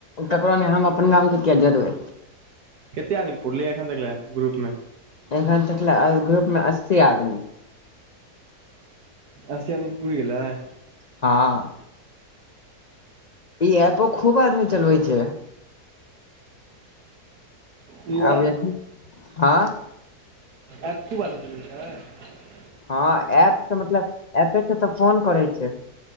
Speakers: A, on the left; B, on the right.
A: ककरो नहि हम अपन गामके कििया जोरबै
B: कतेक अदमी पुरलेया एखन तक ग्रुप मेमे
A: एखन तकले ग्रुप मे अस्सी आदमी
B: असि आदमी पुर गेलैय
A: हँ ई एपो खूब आदमी चलवै छै
B: ई
A: आब
B: एप
A: हँ
B: एप खुब आदमी चलबै छय
A: हँ एप तऽ मतलब एपे से तऽ फोन करै छै